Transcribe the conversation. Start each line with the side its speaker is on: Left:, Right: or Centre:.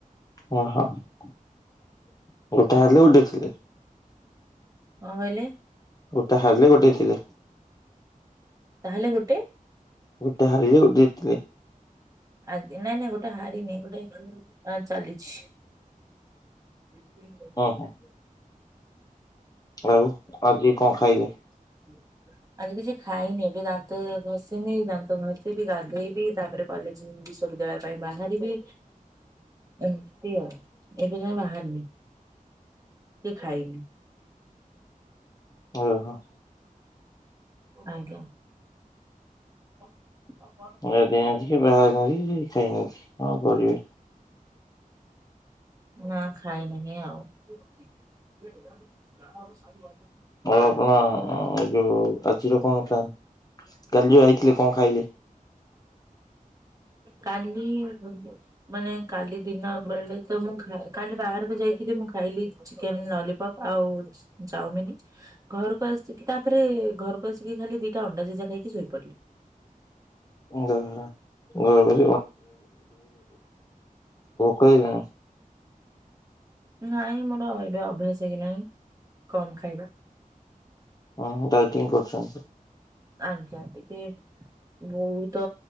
Left: ଅ ହଁ ଗୋଟେ ହାରିଲେ ଗୋଟେ ଜିତିଲେ?
Right: କଣ କହିଲେ?
Left: ଗୋଟା ହାରିଲେ ଗୋଟେ ଜିତିଲେ।
Right: ତାହେଲେ ଗୋଟେ
Left: ଗୋଟେ ହାରିଲେ ଗୋଟେ ଜିତିଲେ।
Right: ଆଜ୍ଞା ନାଇଁ ନାଇଁ ଗୋଟେ ହାରିନି ଗୋଟେ ଚାଲିଚି। <inaudible>
Left: ଓହୋ ଆଉ ଆଉ କିଏ କଣ ଖାଇଲେ?
Right: ହୁଁ। ଆଜି କିଛି ଖାଇନି ଏବେ ଦାନ୍ତ ଘଷିନି ଦାନ୍ତ ଘଷିବି ଗାଧୋଇବି ତାପରେ କଲେଜ ବିଶ୍ୱବିଦ୍ୟାଳୟ ପାଇଁ ବାହାରିବି। ଏମିତି ଆଉ ଏବେ ଯାଏ ବାହାରନି କି ଖାଇନି?
Left: ଓ ହୋ।
Right: ଆଜ୍ଞା। ହଁ ହଁ।
Left: ଦେଇନାହାନ୍ତି ସେ ବାହାରି ନାହାନ୍ତି ସେ ଖାଇନାହାନ୍ତି କଣ କରିବେ?
Right: ନା ଖାଇନାହିଁ ଆଉ ଯ ହ ସାର ବା
Left: ହଉ ଆପଣ ଏ ଯୋଉ ଆଜିର କଣ ପା କାଲି ଯୋଉ ଆଇଥିଲେ କଣ ଖାଇଲେ?
Right: କାଲି ମାନେ କାଲି ଦିନ ବେଳେ ତ ମୁଁ କାଲି ବାହାରକୁ ଯାଇଥିଲି ମୁଁ ଖାଇଲି। ଚିକେନ ଲଲିପପ୍ ଆଉ ଚାଉମିନ। ଘରକୁ ଆସିକି ତାପରେ ଘରକୁ ଆସିକି ଖାଲି ଦିଟା ଅଣ୍ଡା ସିଝା ଖାଇକି ଶୋଇପଡିଲି।
Left: <inaudible> ଆଉ ଭୋକ ହିଁ ନାଇଁ?
Right: ନାଇଁ ମୋର ଏବେ ଅଭ୍ୟାସ ହେଇଗଲାଣି କମ ଖାଇବା।
Left: ହଁ ଡାଇଟିଂ କରୁଛ?
Right: ଆଜ୍ଞା ଏ ବହୁତ